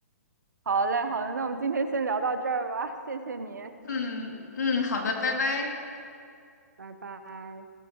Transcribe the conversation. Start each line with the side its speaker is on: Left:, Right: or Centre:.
Right: 好嘞，好嘞，那我们今天先聊到这儿吧，谢谢你，
Left: <laughs> 嗯嗯，好的，拜拜。
Right: 拜拜。